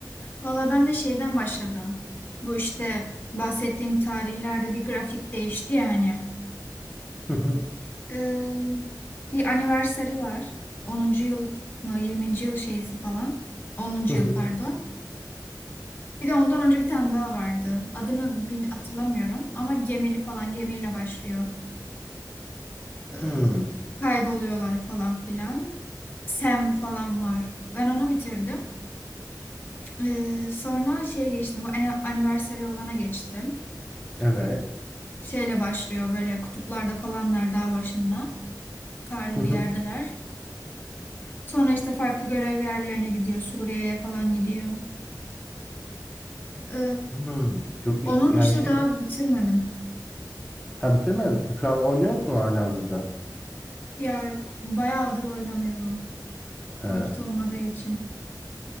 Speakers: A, on the left (about 30°); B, in the centre.
A: valla ben de şeyden başladım. Bu işte bahsettiğim tarihlerde bir grafik değişti ya hani.
B: Hı hı,
A: Ee, bir anniversary var. onuncu yıl mı yirminci yıl şeysi falan. onuncu
B: hı
A: yıl
B: hı.
A: pardon. Bir de ondan önce bir tane daha vardı. Adını bin hatırlamıyorum ama gemili falan gemiyle başlıyor. Ee,
B: Hmm.
A: kayboluyorlar falan filan. Sam falan var. Ben onu bitirdim. Ee, sonra şeye geçtim. Bu ani- anniversary olana geçtim.
B: Evet.
A: Şeyle başlıyor böyle kutuplarda falanlar dağ başında. Karlı
B: Hı hı.
A: bir yerdeler. Sonra işte farklı görev yerlerine gidiyor. Suriye'ye falan gidiyor. Ee,
B: Hmm. Çok
A: onun
B: iyi. Yani
A: işte
B: şey.
A: daha bitirmedim.
B: Ha bitirmedin. Şu an oynuyor musun halihazırda?
A: Ya bayağıdır oynamıyorum.
B: He.
A: Vakit olmadığı için.